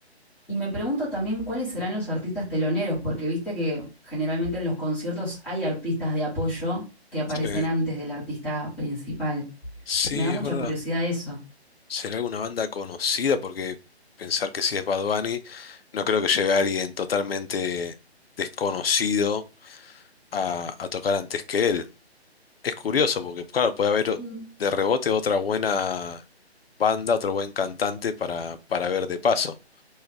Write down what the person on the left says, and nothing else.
Sí,
sí,
es verdad.
¿Será alguna banda conocida? Porque pensar que si es Bad Bunny, no creo que lleve a alguien totalmente desconocido a, a tocar antes que él. es curioso porque, claro, puede haber
de rebote otra buena banda, otro buen cantante para, para ver de paso.